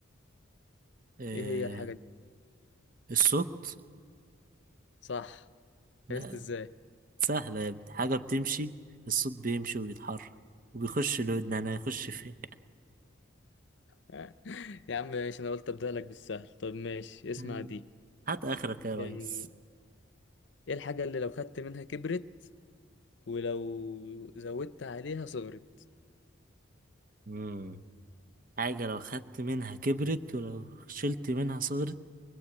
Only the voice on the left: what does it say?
ايه هي الحاجة دي
صح عرفت
ازاي
<laughs> يا عم ماشي انا قلت ابدأ لك بالسهل طب ماشي اسمع
دي
يعني ايه الحاجة اللي لو خدت منها كبرت ولو زودت عليها صغرت